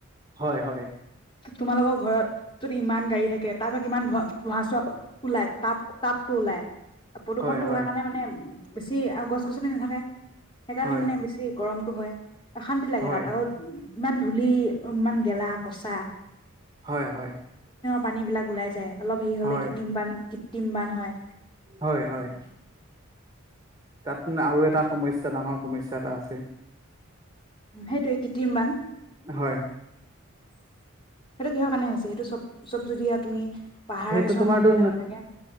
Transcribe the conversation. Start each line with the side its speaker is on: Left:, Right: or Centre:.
Right: হয়, হয়।
Left: তোমালোকৰ ঘৰত যদি ইমান গাড়ী থাকে, তাৰ পৰা কিমান ধোৱা ধোঁহা-চোৱা ওলাই তাপ তাপটো ওলাই। প্ৰদূষণটো
Right: হয় হয়
Left: হোৱাৰ কাৰণে মানে। বেছি আও গছ-গছনি নাথাকে। সেইকাৰণে
Right: হয়
Left: মানে বেছি গৰম। টো হয়। অশান্তি লাগে
Right: হয়
Left: তাত আৰু। ইমান ধূলি, ইমান গেলা-পচাঁ।
Right: হয়, হয়।
Left: পানীবিলাক ওলাই যায়। অলপ হেৰি হলে
Right: হয়
Left: কৃতিম বান কৃত। কৃত্ৰিম বান হয়।
Right: হয়, হয়। তাত মানে আৰু এটা সমস্যা ডাঙৰ সমস্যা এটা আছে।
Left: সেইটোয়ে কৃত্ৰিমবান।
Right: হয়।
Left: সেইটো কিহৰ কাৰণে হৈছে, সেইটো চব চব যদি এয়া তুমি। পাহাৰৰ
Right: সেইটো
Left: কিছুমান
Right: তোমাৰ
Left: মানুহ
Right: তো
Left: বিলাক হৈ থাকে